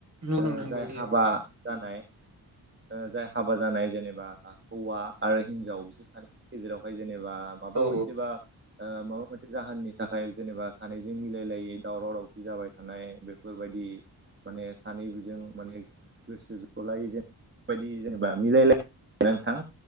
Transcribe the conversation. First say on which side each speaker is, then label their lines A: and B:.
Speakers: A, on the right; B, on the right.
A: नंगौ नोंथां
B: ओ
A: नंगौ
B: जाय
A: औ
B: हाबा जानाय ओ जाय हाबा जानाय जेनेबा हौवा। आरो हिनजाव बिसोर सानैनि गेजेरावहाय जेनेबा। माबा
A: औ
B: मोनसेबा ओ माबा मोनसे जाहोननि थाखाय जेनेबा सानैजों मिलायलायै दावराव दावसि जाबाय थानाय। बेफोरबायदि माने सानै जों माने गोसो जलाय जेनबा बेबायदि जेनेबा मिलायलायो आरोना नोंथां।